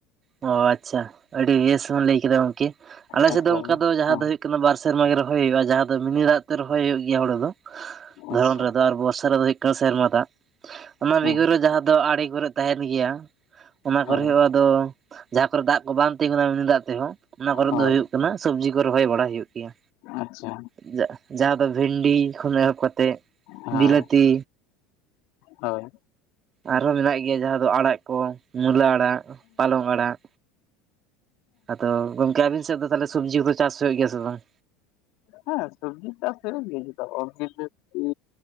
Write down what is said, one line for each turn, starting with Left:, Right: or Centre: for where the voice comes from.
Right: ᱚ ᱟᱪᱪᱷᱟ, ᱟᱹᱰᱤ ᱵᱮᱥ ᱵᱚᱱ ᱞᱟᱹᱭ ᱠᱮᱫᱟ ᱜᱚᱝᱠᱮ᱾ ᱟᱞᱮ
Left: ᱮᱠᱫᱚᱢ
Right: ᱥᱮᱫ ᱫᱚ ᱚᱱᱠᱟ ᱫᱚ ᱡᱟᱦᱟᱸ
Left: ᱦᱮᱸ
Right: ᱫᱚ ᱦᱩᱭᱩᱜ ᱠᱟᱱᱟ ᱵᱟᱨ ᱥᱮᱨᱢᱟ ᱜᱮ ᱨᱚᱦᱚᱭ ᱦᱩᱭᱩᱜ-ᱟ, ᱡᱟᱦᱟᱸ ᱫᱚ ᱢᱤᱱᱤ ᱫᱟᱜ ᱛᱮ ᱨᱚᱦᱚᱭ ᱦᱩᱭᱩᱜ ᱜᱮᱭᱟ ᱦᱩᱲᱤ ᱫᱚ᱾
Left: ᱟᱪᱪᱷᱟ
Right: ᱫᱷᱚᱨᱚᱱ ᱨᱮᱫᱚ, ᱟᱨ ᱵᱚᱨᱥᱟ ᱨᱮᱫᱚ ᱦᱩᱭᱩᱜ ᱠᱟᱱᱟ ᱥᱮᱨᱢᱟ ᱫᱟᱜ, ᱚᱱᱟ
Left: ᱦᱮᱸ
Right: ᱵᱤᱜᱷᱟ ᱨᱮ ᱡᱟᱦᱟᱸ ᱫᱚ ᱟᱲᱮ ᱠᱚᱨᱮᱫ ᱛᱟᱸᱦᱮᱱ ᱜᱮᱭᱟ, ᱚᱱᱟ
Left: ᱦᱳᱭ
Right: ᱠᱚᱨᱮᱦᱚᱸ ᱟᱫᱚ, ᱡᱟᱦᱟᱸ ᱠᱚᱨᱮ ᱫᱟᱜ ᱠᱚ ᱵᱟᱝ ᱛᱤᱸᱜᱩᱱᱟ ᱢᱤᱱᱤ ᱫᱟᱜ ᱛᱮᱦᱚᱸ ᱚᱱᱟ ᱠᱚᱨᱮ
Left: ᱦᱳᱭ
Right: ᱫᱚ ᱦᱩᱭᱩᱜ ᱠᱟᱱᱟ, ᱥᱚᱵᱽᱡᱤ ᱠᱚ ᱨᱚᱦᱚᱭ ᱵᱟᱲᱟ ᱦᱩᱭᱩᱜ ᱜᱮᱭᱟ᱾
Left: ᱟᱪᱪᱷᱟ᱾
Right: ᱤᱭᱟᱹᱜ ᱡᱟᱦᱟᱸ ᱫᱚ ᱵᱷᱮᱱᱰᱤ ᱠᱷᱚᱱ ᱮᱦᱚᱵ ᱠᱟᱛᱮᱜ,
Left: ᱦᱮᱸ
Right: ᱵᱤᱞᱟᱹᱛᱤ
Left: ᱦᱳᱭ,
Right: ᱟᱨᱦᱚᱸ ᱢᱮᱱᱟᱜ ᱜᱮᱭᱟ ᱡᱟᱦᱟᱸ ᱫᱚ ᱟᱲᱟᱜ ᱠᱚ ᱾ ᱢᱩᱞᱟᱹ ᱟᱲᱟᱜ, ᱯᱟᱞᱚᱝ ᱟᱲᱟᱜ, ᱟᱫᱚ ᱜᱚᱝᱠᱮ ᱟᱵᱤᱱ ᱥᱮᱫ ᱫᱚ ᱛᱟᱦᱞᱮ ᱥᱚᱵᱽᱡᱤ ᱠᱚ ᱪᱟᱥ ᱦᱩᱭᱩᱜ ᱜᱮᱭᱟ ᱥᱮ ᱵᱟᱝ?
Left: ᱦᱮᱸ ᱥᱚᱵᱽᱡᱤ ᱪᱟᱥ ᱦᱩᱭᱩᱜ ᱜᱮᱭᱟ, ᱪᱮᱫᱟᱜ ᱵᱟᱝ ᱵᱤᱞᱟᱹᱛᱤ,